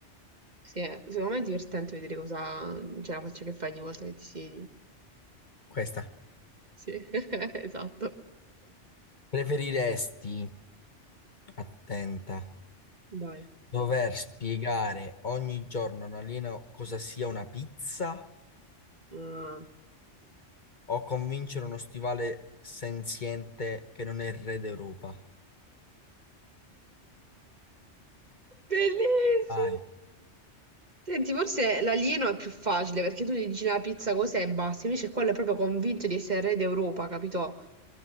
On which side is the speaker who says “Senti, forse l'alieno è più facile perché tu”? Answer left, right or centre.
Right